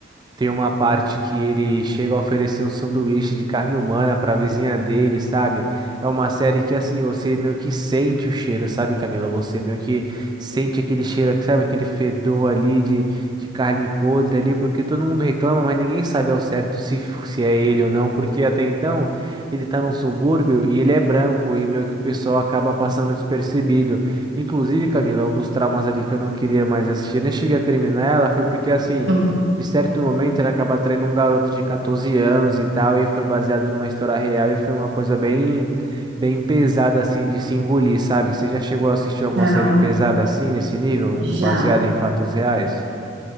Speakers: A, on the right; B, on the right.
A: Tem uma parte que ele chega a oferecer um sanduíche de carne humana para a vizinha dele, sabe? É uma série que assim, você meio que sente o cheiro, sabe, Camila? Você meio que sente aquele cheiro, sabe, aquele fedor ali de, de carne podre ali, porque todo mundo reclama, mas ninguém sabe ao certo se, f- se é ele ou não, porque até então ele tá num subúrbio e ele é branco e meio que o pessoal acaba passando despercebido. Inclusive, Camila, um dos traumas ali que eu não queria mais assistir, nem cheguei a terminar ela, foi porque assim,
B: Uhum.
A: de certo momento, ele acaba traindo um garoto de 14 anos e tal, e foi baseado numa história real e foi uma coisa bem, bem pesada, assim, de se engolir, sabe? Você já chegou a assistir alguma
B: Caramba.
A: série pesada assim, nesse nível, baseada
B: Já,
A: em fatos reais?